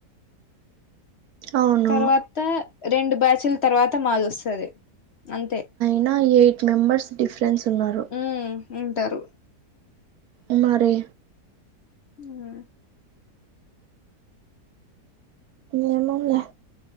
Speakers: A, on the right; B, on the left.
A: అవును
B: తర్వాత రెండు బ్యాచ్ల తర్వాత మాది వస్తది అంతే
A: అయైన ఎయిట్ మెంబర్స్ డిఫరెన్స్ ఉన్నారు
B: ఉమ్ ఉంటారు
A: ఉమ్మారి
B: ఆ
A: ఏమోలే